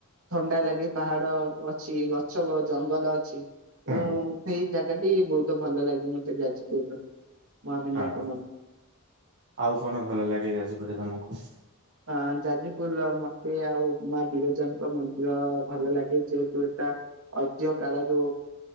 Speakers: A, on the right; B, on the right.
A: ଥଣ୍ଡା ଲାଗେ ପାହାଡ ଅଛି ଗଛ ଜଙ୍ଗଲ ଅଛି। ତେଣୁ
B: ହୁଁ
A: ସେଇ ଜାଗାଟି ବହୁତ ଭଲ ଲାଗେ ମତେ ଯାଜପୁର ର। ମହାବିନାୟକ
B: ହଁ
A: ମନ୍ଦିର।
B: ଆଉ କଣ ଭଲ ଲାଗେ ଯାଜପୁରରେ ତମକୁ।
A: ଆ ଯାଜପୁରର ମତେ ଆଉ ମା ବିରଜାଙ୍କ ମନ୍ଦିର ଭଲ ଲାଗେ ଯେହେତୁ ଏଟା ଐତିହ୍ୟ କାଳରୁ